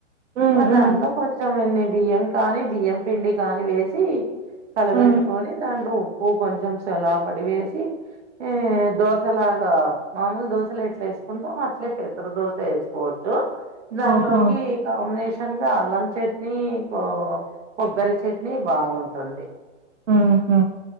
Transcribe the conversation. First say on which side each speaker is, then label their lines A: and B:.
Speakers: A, on the right (about 85°); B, on the right (about 65°).
A: ఉమ్
B: ఇగ దాంట్లో
A: ఉమ్
B: కొంచెం కొన్ని బియ్యం కానీ బియ్యం పిండి కానీ వేసి, కలబెట్టుకొని
A: ఉమ్
B: దాంట్లో ఉ ఉప్పూ కొంచెం సెలా పడి వేసి ఏ దోశ లాగా మామూలు దోశలెట్లా వేసుకుంటా అట్లే పెసర దోశ ఏసుకోవచ్చు. దాంట్లోకి
A: ఆహా
B: కాంబినేషన్ షంగా అల్లం చట్నీ, కొ కొబ్బరి చట్నీ బాగుంటుంది.
A: ఆహా